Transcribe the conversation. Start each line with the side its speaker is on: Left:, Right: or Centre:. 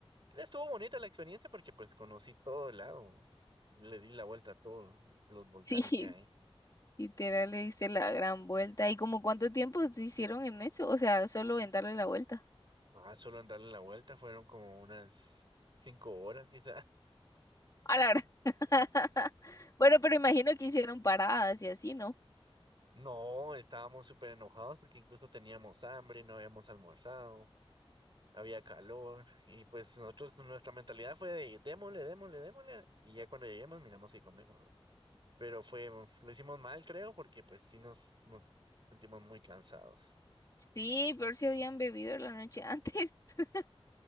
Right: Estuvo bonita la experiencia porque pues conocí todo el lago. Le di la vuelta a todos los
Left: <laughs>
Right: volcanes
Left: sí,
Right: que hay.
Left: literal le diste la gran vuelta. ¿Y como cuánto tiempo se hicieron en eso? O sea, solo en darle la vuelta.
Right: Ah, solo en darle la vuelta fueron como unas cinco horas quizá. <laughs>
Left: <laughs> A la gran. <laughs> Bueno, pero imagino que hicieron paradas y así, ¿no?
Right: No, estábamos súper enojados porque incluso teníamos hambre, no habíamos almorzado, había calor y pues nosotros, nuestra mentalidad fue de démosle, démosle, démosle y ya cuando lleguemos miramos qué comemos. ¿verdad? Pero fue, lo hicimos mal creo porque pues sí nos, nos sentimos muy cansados.
Left: Sí, pero si habían bebido la noche antes. <laughs>